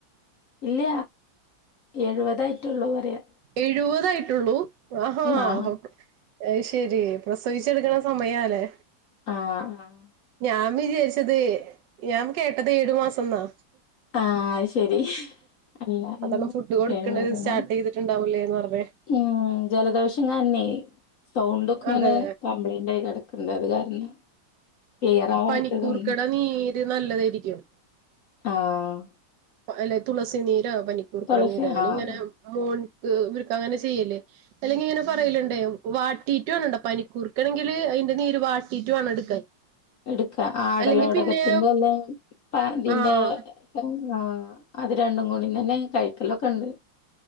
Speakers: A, on the left; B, on the right.
A: ഇല്ല എഴുപതായിട്ടുള്ളൂ പറയാ
B: എഴുപതായിട്ടുള്ളൂ ആഹാ
A: ആഹ്
B: അത് ശരി പ്രസവിച്ചെടുക്കണ സമയാല്ലേ
A: ആഹ് ആഹ്
B: ഞാൻ വിചാരിച്ചത് ഞാൻ കേട്ടത് ഏഴു മാസം എന്നാ
A: ആഹ് ശരി അല്ല
B: അതന്നെ ഫുഡ് കൊടുക്കണ്ടത്
A: എഴുപതെന്നാണ്
B: സ്റ്റാർട്ട് ചെയ്തിട്ടുണ്ടാവലേന്ന് പറഞ്ഞ
A: ഉം ജലദോഷകാരണെ സൗണ്ട് ഒക്കെ ഇങ്ങനെ
B: അതെ
A: കംപ്ലയ്ന്റായി കിടക്ക എന്തായത് കാരണം ക്ലിയർ ആവാത്തത്
B: പനിക്കൂർക്കട
A: തോന്നുന്നു
B: നീര് നല്ലതായിരിക്കും
A: ആഹ്
B: അല്ലെ തുളസി നീര് പനിക്കൂർക്കിട
A: തുളസി
B: നീര ഞാനി
A: ആഹ്
B: ങ്ങനെ മോൻക്ക് ഇവർക്ക് അങ്ങനെ ചെയ്യല് അല്ലെങ്കി ഇങ്ങനെ പറയലുണ്ട് വാട്ടീട്ടു വണണ്ടോ പനിക്കൂർക്കണെങ്കില് അതിന്റെ നീര് വാട്ടീട്ടു വേണം എടുക്കാൻ
A: എടുക്കാ ആടലോടകത്തിന്റെ
B: അല്ലെങ്കി പിന്നെ
A: എല ഇതിറെ
B: ആഹ്
A: ആഹ് അത് രണ്ടും കൂടി തന്നെ കഴിക്കലൊക്കെ ഉണ്ട്